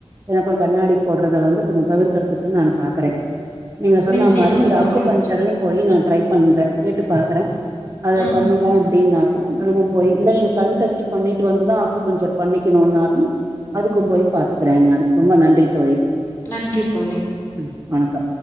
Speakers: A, on the right (about 30°); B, on the left (about 20°).
A: எனக்கு கண்ணாடி போடுறத வந்து கொஞ்சோ தவிர்க்கிறதுக்கு நா பாக்குறே நீங்க சொன்ன
B: நிச்சயமா
A: மாரி அந்த
B: தோழி.
A: அக்கு பஞ்சரு போய் நா ட்ரை பண்றே கேட்டு பாக்குறே அத
B: ம்.
A: பண்ணுவே அப்பிடின் நா அதுவும் போய் இனிமே கன்டெஸ்ட் பண்ணிட்டு வந்துதா அக்கு பஞ்சர் பண்ணிக்கிணும்னாலு அதுக்கு போய் பாத்துக்கிறே நா ரொம்ப நன்றி தோழி
B: நன்றி தோழி
A: ம் வணக்கம்